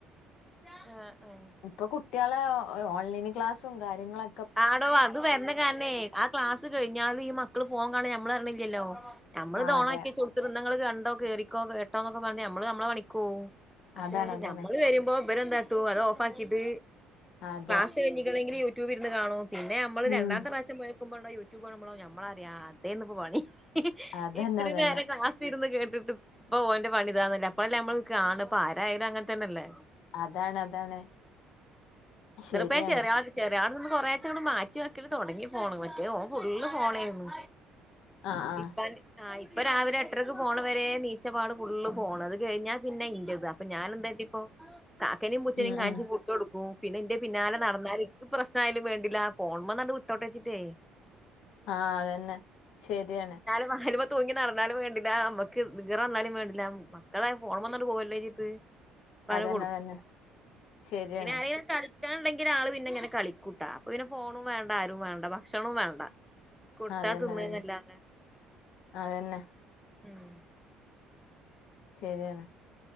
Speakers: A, in the centre; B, on the left (about 70°).
A: ആഹ് ആഹ്
B: ഇപ്പൊ കുട്ടിളെ ഓൺലൈന് ക്ലാസും കാര്യങ്ങളൊ
A: ആടോ അത് വരണ കാരനെ ആഹ് ക്ലാസ് കഴിഞ്ഞാലും ഈ മക്കള് ഫോൺ കാണത് ഞമ്മൾ അറിണില്ലല്ലോ നമ്മള്ത്
B: ആ
A: ഓണാക്കി
B: അതെ
A: വെച്ച്കൊടുക്കും തിന്നങ്ങള് കണ്ടോ കേറിക്കോ ക്കെട്ടോ എന്നൊക്കെ പറഞ്ഞ് നമ്മള് നമ്മളെ പണിക്ക് പൊകും പക്ഷെ
B: അതാണ് അതാണ്
A: നമ്മള് വരുമ്പോ ഇബരേന്താട്ടും അത് ഓഫ് ആക്കിട്ട്
B: അതെ
A: ക്ലാസ്സ് റ്റ് കഴിറ്റീക്ണങ്കില് യൂറ്റൂബ് ഇരുന്ന് കാണും പിന്നെ നമ്മള് രണ്ടാമത്തെ
B: ഉം
A: പ്രവശ്യം പൊയ കുബൊള്ള യൂട്യൂബ് കാണുമ്പോൾ നമ്മൾപറയും അതേന്പ്പം പണി
B: അതന്നെ
A: ഇത്ര
B: അതന്നെ
A: നേരം ക്ലാസ്സ് ഇരുന്ന് കേട്ടിട്ട് ഇപ്പം ഓന്റെ പണി ഇതാണല്ലേ അപ്പഴല്ലേ നമ്മള് കാണാ അപ്പം ആരായാലും അങ്ങനെ തന്നെല്ലേ
B: അതാണ് അതാണ് ശരിയാണ്
A: എന്നിട്ട്പ്പേ ചേരിയള് കി ചെറിയാൾ നിന്ന് കുറേച്ചേ മാറ്റി വക്കല് തുടങ്ങി ഫോണ് മറ്റേ ഓന് ഫുള് ഫോണേയിരുന്നു
B: ആ ആ
A: ഇപ്പ ആ ഇപ്പ രാവില എട്ടരക്ക് പോണ വരെ നീച്ചപാട് ഫുള് ഫോണ് അത് കഴിഞ്ഞാൽ പിന്നെ ഇന്റേത് അപ്പൊ ഞാനെന്ത്ട്ടി ഓഹ് കാക്കനീം പുച്ചനിം
B: ഉം
A: കാണിച്ച്
B: ഉം
A: ഫുഡ് കൊടുക്കും പിന്നെ ഇന്റെ പിന്നാലെ നടന്നാൽ ഇനിക്ക് പ്രശ് എന്തായാലും വേണ്ടില്ല ആ ഫോണുമ്മന്നങ്ങിട് വിട്ടോട്ടേച്ചിട്ടേയ്
B: ആ അതന്നെ ശെരിയാണ്.
A: അയലിമ്മേ തൂങ്ങി നടന്നാലും വേണ്ടില്ല നമ്മക്ക് ഈറ വന്നാലും വേണ്ടില്ലാ മക്കളെ ഫോൺവന്നിട്ട് <unintelligible> പ്പം അങ്ങനെ
B: അതന്നെ
A: കൊടുക്കൂല്ല
B: അതന്നെ ശരിയാണ്
A: പിന്നെ അരെലും ക കളിക്കാൻ ണ്ടെങ്കിൽ ആള് പിന്നെ ഇങ്ങനെ കളിക്കൂട്ടാ അപ്പൊ പിന്നെ ഫോണും വേണ്ട ആരും വേണ്ട ഭക്ഷണവും വേണ്ട കൊടുത്താ
B: അതന്നെ
A: തിന്നാ
B: അതന്നെ
A: നല്ലാതെ
B: അതന്നെ
A: ഉം
B: ശരിയാണ്